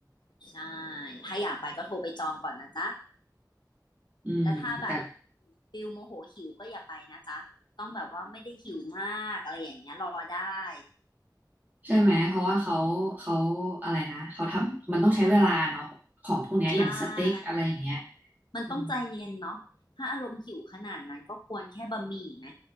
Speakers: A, on the left (about 80°); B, on the right (about 25°).
A: ๆใช่ถ้าอยากไปก็โทรไปจองก่อนนะจ๊ะ
B: อืมแต่
A: แล้วถ้าแบบฟิลโมโหหิวก็อย่าไปนะจ๊ะต้องแบบว่าไม่ได้หิวมากอะไรอย่างเงี้ยรอได้
B: ใช่ไหมเพราะว่าเขาเขาอะไรนะเขาทำมันต้องใช้เวลาเนาะของพวกเนี้ยอย่างสเต็กอะไรอย่างเงี้ย
A: ใช่ มันต้องใจเย็นเนาะถ้าอารมณ์หิวขนาดนั้นก็ควรแค่บะหมี่ไหม
B: อืม